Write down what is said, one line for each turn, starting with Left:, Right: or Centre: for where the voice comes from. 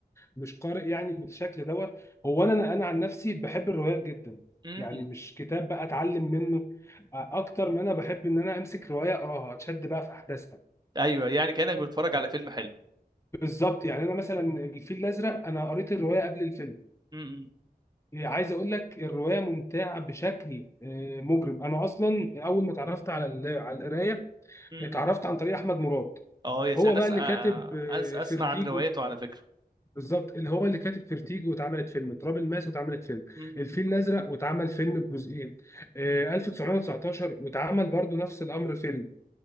Left: مش قارئ يعني بالشكل دوت هو انا انا عن نفسي بحب الروايات جدا
Right: امم
Left: يعني مش كتاب بقى اتعلم منه اكتر ما انا بحب ان انا امسك روايه اقراها اتشد بقى في احداثها
Right: ايوه يعني كانك بتتفرج على فيلم حلو
Left: بالظبط يعني انا مثلا الفيل الازرق انا قريت الروايه قبل الفيلم
Right: امم
Left: عايز اقول لك الروايه ممتعه بشكل آه، مجرم انا اصلا اول ما اتعرفت على ال- على القرايه
Right: امم
Left: اتعرفت عن طريق احمد مراد
Right: اه يس
Left: هو
Right: انا
Left: بقى
Right: أس...
Left: اللي
Right: آه،
Left: كاتب آه،
Right: أس... اسمع
Left: فيرتيجو
Right: عن روايته على فكره
Left: بالظبط اللي هو اللي كاتب فيرتيجو واتعملت فيلم تراب الماس واتعملت فيلم
Right: امم
Left: الفيل الازرق واتعمل فيلم بجزئين آه، 1919 واتعمل برضو نفس الامر فيلم